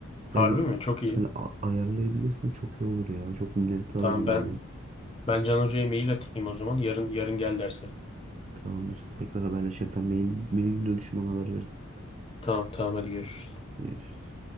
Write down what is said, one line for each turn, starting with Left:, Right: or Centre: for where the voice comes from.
Left: Harbi
Right: Yani
Left: mi? Çok iyi.
Right: hani a- ayarlayabilirsem çok iyi olur ya. Çok minnettar
Left: Tamam
Right: olurum
Left: ben
Right: yani.
Left: ben Can Hoca'ya mail atayım o zaman. Yarın yarın gel derse.
Right: Tamamdır. Tekrar haberleşelim. Sen mail, mailin dönüşüm bana haber verirsin.
Left: Tamam tamam hadi görüşürüz.
Right: Görüşürüz.